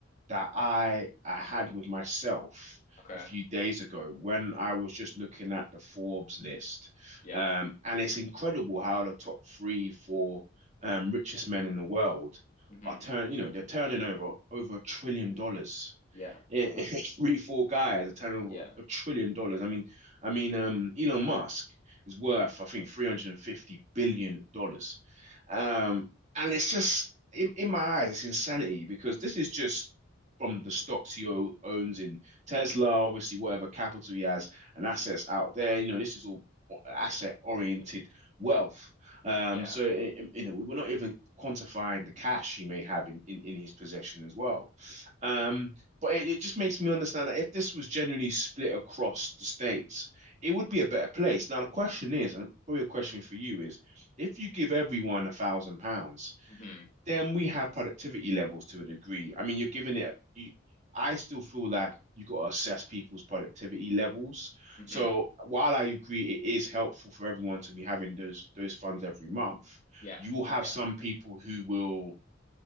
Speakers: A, on the right; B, on the left.
A: that I I had with myself
B: okay.
A: a few days ago when I was just looking at the Forbes list.
B: Yeah.
A: Um, and it's incredible how the top three, four um, richest men in the world
B: hmm
A: are turn, you know, they're turning over over a trillion dollars
B: Yeah.
A: in, in <laughs> three, four guys are turning
B: Yeah.
A: a trillion dollars. I mean, I mean, um, Elon Musk is worth, I think, 350 billion dollars. Um, and it's just in, in my eyes, it's insanity because this is just from the stocks he o- owns in Tesla, obviously whatever capital he has and assets out there. You know, this is all asset oriented wealth. Um,
B: Yeah.
A: so i- i- you know, we're not even quantifying the cash he may have in, in, in his possession as well. Um, but it, it just makes me understand that if this was genuinely split across the states, it would be a better place. Now, the question is, and probably a question for you is, if you give everyone a thousand pounds,
B: hmm
A: then we have productivity levels to a degree. I mean, you're giving it, you, I still feel like you got to assess people's productivity levels.
B: hmm
A: So while I agree it is helpful for everyone to be having those those funds every month,
B: Yeah.
A: you will have
B: Yeah.
A: some people who will